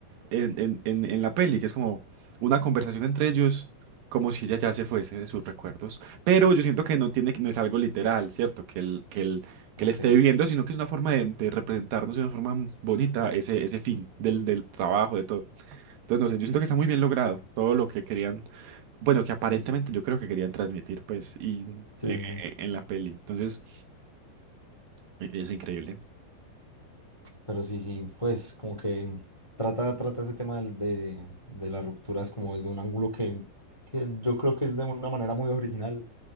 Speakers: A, on the right; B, on the left.
A: en, en- en- en la peli, que es como una conversación entre ellos, como si ella ya se fuese de sus recuerdos. Pero yo siento que no tiene, no es algo literal, ¿cierto? Que él, que él,
B: ok.
A: que él esté viviendo, sino que es una forma de, de representarnos de una forma bonita ese, ese fin del, del trabajo, de todo. Entonces, no sé, yo siento que está muy bien logrado todo lo que querían bueno, que aparentemente yo creo que querían transmitir, pues, y,
B: Sí,
A: eh,
B: sí, sí.
A: eh, en la peli. Entonces, eh, es increíble.
B: Pero sí, sí, pues como que trata, trata ese tema del- de, de, las rupturas como desde un ángulo que, que yo creo que es de una manera muy original